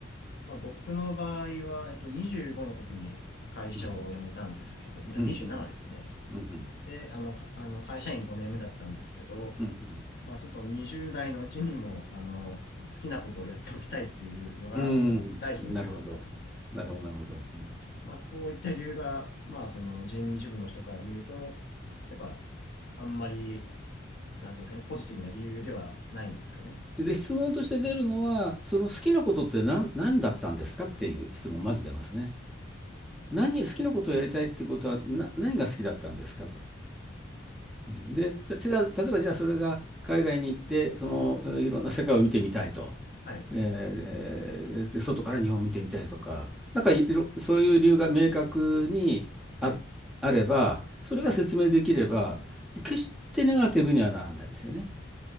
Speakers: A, on the left; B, in the centre.
A: まあ、僕の場合は、えっと、25の時に会社を辞めたんですけど、
B: うん。
A: いや27ですね。
B: うん。うん。うん。
A: で、あの、かあの会社員5年目だったんですけど、
B: うん。うん。
A: まあちょっと20代のうちにも、あの、好きなことをやっておきたいっていうのが、
B: うん。
A: もう第一の理由だったんですね。
B: うんなるほど。なるほど、なるほど。うん
A: まあこういった理由が、まあその人事部の人から見ると、やっぱ、あんまり、なんていうんですかね、ポジティブな理由ではないんですかね。
B: で、質問として出るのは、その好きなことって何、何だったんですかっていう質問、まず出ますね。何、
A: あ
B: 好きなことをやりたいってことは、な、何が好きだったんですかと。うんで、たじゃあ例えばじゃあそれが海外に行って、その、えーいろんな世界を見てみたいと。
A: はい、
B: えーで、外から日本を見てみたいとか、なんかいろ、そういう理由が明確にあ、
A: はい、
B: あれば、それが説明できれば、
A: はい。
B: 決してネガティブにはならないですよね。